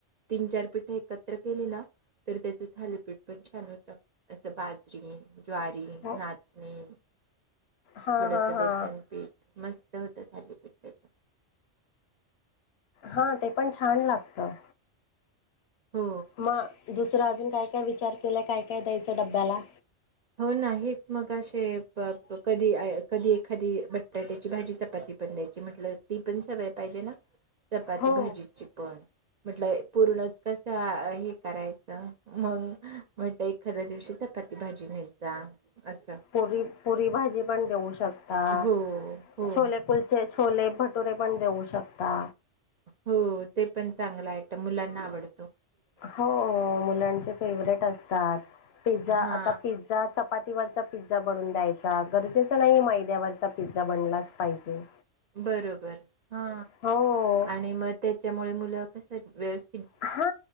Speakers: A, on the right; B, on the left.
A: तीन चार पिठा एकत्र केले ना तर त्याच थालीपीठ पण छान होत अस बा त्री ज्वारी
B: हो
A: नाचणी
B: हा
A: थोडंसं
B: हा हा
A: बेसन पीठ मस्त होतं थालीपीठ त्याचं.
B: हा ते पण छान लागतं.
A: हो.
B: मग दुसरं अजून काय काय विचार केलाय काय काय द्यायचं डब्याला?
A: हो ना हे च मग असे कधी-कधी एखादी बटाट्याची भाजी चपाती पण द्यायची म्हटलं ती पण सवय पाहिजे ना चपाती
B: हो.
A: भाजीची पण म्हटलं पूर्णच कसं हे करायचं मग म्हटलं एखाद्या दिवशी चपाती भाजी तिन्हीच जा असं
B: पुरी पुरी भाजी पण देऊ शकता
A: हो हो.
B: छोले कुल छोले भटुरे पण देऊ शकता.
A: हो ते पण चांगलं आहे मुलांना आवडत.
B: हो मुलांचे फेवरेट असतात. पिझ्झा
A: हा
B: आता पिझ्झा चपातीवरचा पिझ्झा बनून द्यायचा गरजेच नाही मैद्यावरचा पिझ्झा बनलाच पाहिजे.
A: बरोबर हा
B: हो
A: आणि मग त्याच्यामुळे मुलं कस व्यवस
B: हा